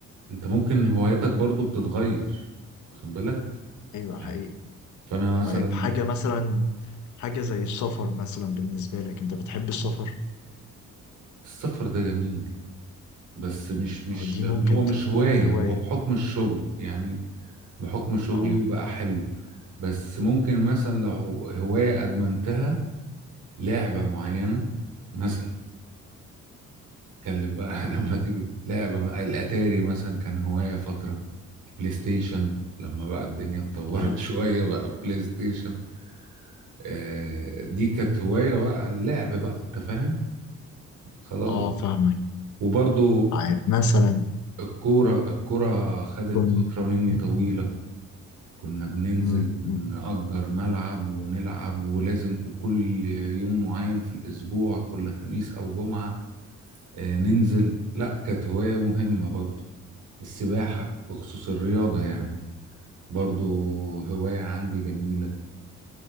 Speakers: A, on the right; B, on the left.
A: انت ممكن هواياتك برضو بتتغير واخد بالك
B: أيوه حقيقي
A: يعني فانا مثلا
B: طيب حاجة مثلا حاجة زي السفر مثلا بالنسبة لك أنت بتحب السفر؟
A: السفر ده جميل بس مش مش
B: أو دي
A: لأن
B: ممكن
A: هو مش
B: تكون
A: هواية
B: هواية
A: هو بحكم الشغل يعني بحكم شغلي
B: آه
A: وبقى حلو بس ممكن مثلا لو هواية ادمنتها لعبة معينة مثلا اتكلم بقى <laughs> لما تيجي لعبة الاتاري مثلا كان هواية فترة البلاي ستيشن لما بقى الدنيا اتطورت
B: آه
A: <laughs> شوية بقى بلاي ستيشن آه، دي كانت هواية بقى اللعب بقى انت فاهم خلاص
B: آه
A: بقى
B: فاهمك
A: وبرضو
B: طيب مثلا
A: الكورة الكورة خدت
B: كن
A: فترة مني
B: م-
A: طويلة كنا بننزل
B: م-
A: ونأجر
B: م-
A: ملعب ونلعب ولازم وكل يوم معين في الأسبوع كل خميس أو جمعة آه، ننزل لا كانت هواية مهمة برضو السباحة بخصوص الرياضة يعني برضو هواية عندي جميلة